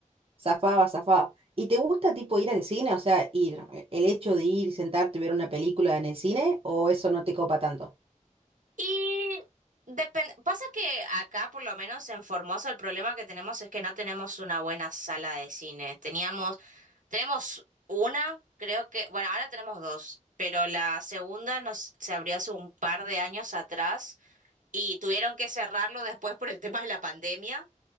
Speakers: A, on the right; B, on the right.
A: Zafaba, zafaba. ¿Y te gusta tipo ir al cine? O sea, ir, eh, el hecho de ir y sentarte y ver una película en el cine, o eso no te copa tanto?
B: Y depende, pasa que acá, por lo menos en Formosa, el problema que tenemos es que no tenemos una buena sala de cine. Teníamos Tenemos una, creo que, bueno, ahora tenemos dos, pero la segunda nos, se abrió hace un par de años atrás y tuvieron que cerrarlo después por el tema de la pandemia.